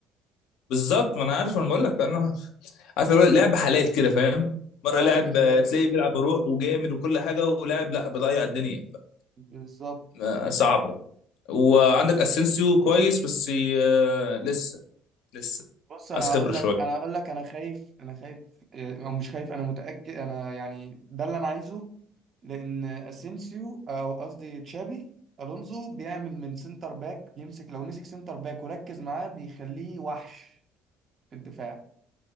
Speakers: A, on the left; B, on the right.
A: بالظبط ما انا عارف انا بقول لك انا <laughs> عارف اللي هو لعب حالات كده فاهم مره
B: اه
A: لاعب
B: بالظبط
A: آه، تلاقيه بيلعب بروح وجامد وكل حاجه ولاعب لا بيضيع الدنيا
B: بالظبط
A: آه، صعبه وعندك اسينسيو كويس بس آه، لسه لسه
B: بص انا
A: عايز خبره
B: هقول
A: شويه
B: لك انا هقول لك انا خايف انا خايف آه، او مش خايف انا متأكد انا يعني ده اللي انا عايزه لان اسينسيو او قصدي تشابي الونزو بيعمل من سنتر باك بيمسك لو مسك سنتر باك وركز معاه بيخليه وحش في الدفاع